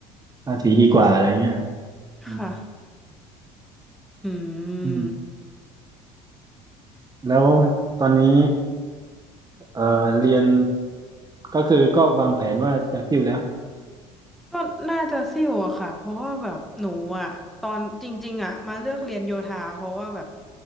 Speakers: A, on the right; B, in the centre.
A: ภาษีดีกว่าอะไรเงี้ยอืม
B: ค่ะอื
A: อืม
B: ม
A: แล้วตอนนี้เออเรียนก็คือก็วางแผนว่าจะติวแล้ว
B: ก็น่าจะซิ่วอะค่ะเพราะว่าแบบหนูอะตอนจริงๆอะมาเลือกเรียนโยธาเพราะว่าแบบ